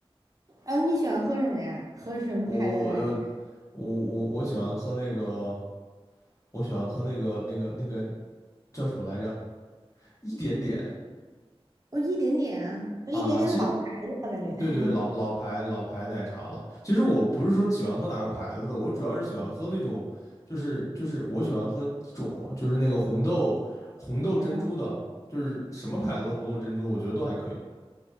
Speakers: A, on the right; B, on the left.
A: 然后你喜欢喝什么呀？喝什么牌子的奶
B: 我呃，我我我喜欢喝那个，我喜欢喝那个那个那个叫什么来着？一点点，
A: 我一点点啊，我一点点老牌子了，
B: 啊，其实
A: 感觉。<laughs>
B: 对对，老老牌老牌奶茶了。其实我不是说喜欢喝哪个牌子的，我主要是喜欢喝那种，就是就是我喜欢喝一种，就是那个红豆红豆珍珠的，
A: 嗯，
B: 就是什么牌子的红豆珍珠，我觉得都还可以。